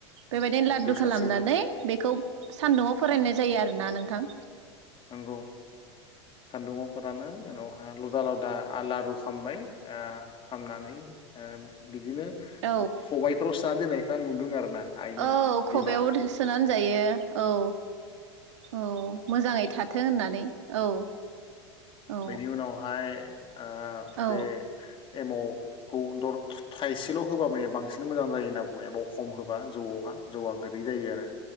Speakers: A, on the right; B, on the left.
A: बेबायदिनो लाधु
B: दै
A: खालामनानै
B: सारस्रिनानै
A: बेखौ सानदुङाव फोराननाय जायो आरोना नों थां
B: नंगौ सान्दुङाव फोरानो उनाव आ लदा लदा आ लारु खामबाय आ खामनानै आ बि दिनो
A: औ
B: खबायफोराव सो सोना दोननायखौ आं नुदों आरो ना। आइमोन
A: औ
B: बिमामोनखौ
A: खबायाव सोनानै
B: गोदो
A: जायो औ। औ मोजाङै थाथों होननानै औ औ
B: बेनि उनावहाय ओ
A: औ
B: बे एमावखौर थाइसेल' होबा मया बांसिन मोजां जायो होनना बुङो एमाव खम होबा जौआवहा जौआ गोदै जायो आरो